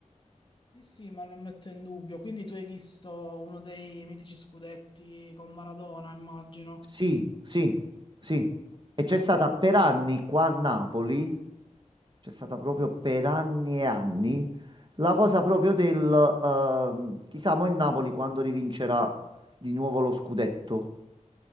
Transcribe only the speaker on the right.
Sì, sì, sì.
E c'è stata per anni qua a Napoli, c'è stata
proprio per anni e anni La cosa proprio del ehm, chissà mo il Napoli quando rivincerà di nuovo lo scudetto.